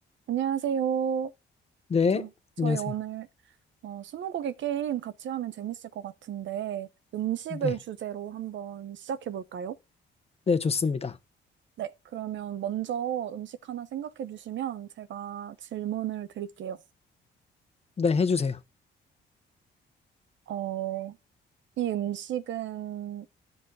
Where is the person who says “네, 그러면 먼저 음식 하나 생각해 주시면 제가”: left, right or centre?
Right